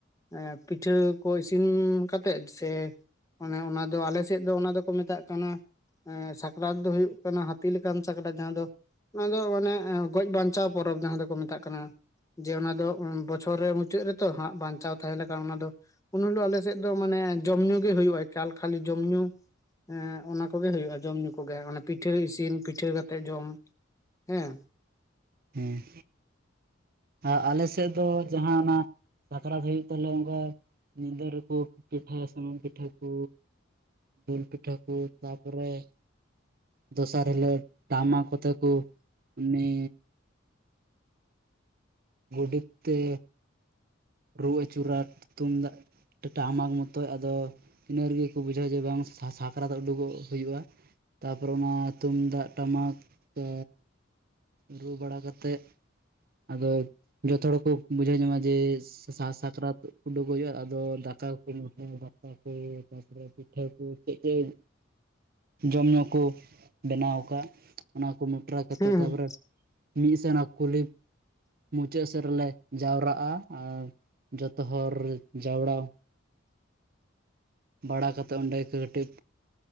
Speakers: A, on the left; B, on the right.
A: ᱮᱸ ᱯᱤᱴᱷᱟᱹ ᱠᱚ ᱤᱥᱤᱱ ᱠᱟᱛᱮᱫ ᱥᱮ ᱚᱱᱮ ᱚᱱᱟ ᱫᱚ ᱟᱞᱮ ᱥᱮᱫ ᱫᱚ ᱚᱱᱟ ᱫᱚ ᱠᱚ ᱢᱮᱛᱟᱜ ᱠᱟᱱᱟ ᱮᱸ ᱥᱟᱠᱨᱟᱛ ᱫᱚ ᱦᱩᱭᱩᱜ ᱠᱟᱱᱟ ᱦᱟᱹᱛᱤ ᱞᱮᱠᱟᱱ ᱥᱟᱠᱨᱟᱛ ᱡᱟᱦᱟᱸ ᱫᱚᱼᱼ ᱚᱱᱟ ᱫᱚ ᱢᱟᱱᱮ ᱜᱚᱡ ᱵᱟᱧᱪᱟᱣ ᱯᱚᱨᱚᱵᱽ ᱡᱟᱦᱟᱸ ᱫᱚ ᱠᱚ ᱢᱮᱛᱟᱜ ᱠᱟᱱᱟ᱾ ᱡᱮ ᱚᱱᱟ ᱫᱚ ᱵᱚᱪᱷᱚᱨ ᱨᱮ ᱢᱩᱪᱟᱹᱫ ᱨᱮᱛᱚ ᱦᱟᱸᱜ ᱵᱟᱧᱪᱟᱣ ᱛᱟᱦᱮᱸ ᱞᱮᱠᱷᱟ ᱚᱱᱟ ᱫᱚᱼᱼ ᱩᱱ ᱦᱤᱞᱳᱜ ᱟᱞᱮ ᱥᱮᱫ ᱫᱚ ᱢᱟᱱᱮ ᱡᱚᱢ ᱧᱩ ᱜᱮ ᱦᱩᱭᱩᱜᱼᱟ ᱮᱠᱟᱞ ᱠᱷᱟᱹᱞᱤ ᱡᱚᱢ ᱧᱩᱼᱼ ᱮᱸ ᱚᱱᱟ ᱠᱚ ᱜᱮ ᱦᱩᱭᱩᱜᱼᱟ ᱡᱚᱢ ᱧᱩ ᱠᱚ ᱜᱮ ᱚᱱᱟ ᱯᱤᱴᱷᱟᱹ ᱤᱥᱤᱱ ᱯᱤᱴᱷᱟᱹ ᱠᱟᱛᱮᱜ ᱡᱚᱢ ᱦᱮᱸᱼᱼ
B: ᱦᱮᱸ ᱟ ᱟᱞᱮ ᱥᱮᱫ ᱫᱚ ᱡᱟᱦᱟᱸ ᱚᱱᱟ ᱥᱟᱠᱨᱟᱛ ᱦᱩᱭᱩᱜ ᱛᱟᱞᱮ ᱚᱱᱠᱟᱼᱼ ᱧᱤᱫᱟᱹ ᱨᱮ ᱠᱚ ᱯᱤᱴᱷᱟᱹᱭᱟ ᱥᱩᱱᱩᱢ ᱯᱤᱴᱷᱟᱹ ᱠᱚᱼᱼ ᱫᱩᱞ ᱯᱤᱴᱷᱟᱹᱠᱩ ᱛᱟᱯᱚ ᱨᱮᱼᱼ ᱫᱚᱥᱟᱨ ᱦᱤᱞᱳᱜ ᱴᱟᱢᱟᱠ ᱠᱚ ᱛᱮ ᱠᱚ ᱩᱱᱤᱼᱼ ᱜᱚᱰᱮᱛ ᱛᱮ ᱨᱩ ᱟᱹᱪᱩᱨᱟ ᱛᱩᱢᱫᱟᱜ ᱴᱟᱢᱟᱠ ᱢᱚᱛᱳ ᱟᱫᱚ ᱤᱱᱟᱹ ᱨᱮ ᱜᱮ ᱠᱚ ᱵᱩᱡᱷᱟᱹᱣᱟ ᱡᱮ ᱵᱟᱝ ᱥᱟᱠᱨᱟᱛ ᱩᱰᱩᱜᱚᱜ ᱦᱩᱭᱩᱜᱼᱟ ᱛᱟᱯᱚᱨᱮ ᱚᱱᱟ ᱛᱩᱢᱫᱟᱜ ᱴᱟᱢᱟᱠ ᱠᱚᱼᱼ ᱨᱩ ᱵᱟᱲᱟ ᱠᱟᱛᱮᱫ ᱟᱫᱚ ᱡᱷᱚᱛᱚ ᱦᱚᱲ ᱠᱚ ᱵᱩᱡᱷᱟᱹᱣ ᱧᱟᱢᱟ ᱡᱮ, ᱥᱟᱨ ᱥᱟᱠᱨᱟᱛ ᱩᱰᱩᱠᱚᱜ ᱦᱩᱭᱩᱜᱼᱟ ᱟᱫᱚ ᱫᱟᱠᱟ ᱠᱚ ᱠᱚ <inaudible> ᱫᱟᱠᱟ ᱠᱚ ᱛᱟᱯᱚᱨᱮᱼᱼ ᱯᱤᱴᱷᱟᱹ ᱠᱚ ᱪᱮᱫ ᱪᱮᱫ? ᱡᱚᱢ ᱧᱩ ᱠᱚ ᱵᱮᱱᱟᱣ ᱠᱟᱫ-ᱟ ᱚᱱᱟ ᱠᱚ ᱢᱚᱴᱨᱟ ᱠᱟᱛᱮ
A: ᱦᱩᱸ
B: ᱛᱟᱯᱚᱨᱮᱼᱼ ᱢᱤᱫ ᱥᱮᱱᱟᱜ ᱠᱩᱞᱤ ᱢᱩᱪᱟᱹᱫ ᱥᱮᱫ ᱨᱮ ᱞᱮ ᱡᱟᱣᱨᱟᱜᱼᱟ ᱟᱨ ᱡᱷᱚᱛᱚ ᱦᱚᱨ ᱡᱟᱣᱨᱟᱼᱼ ᱵᱟᱲᱟ ᱠᱟᱛᱮᱫ ᱚᱸᱰᱮ ᱠᱟᱹᱴᱤᱡ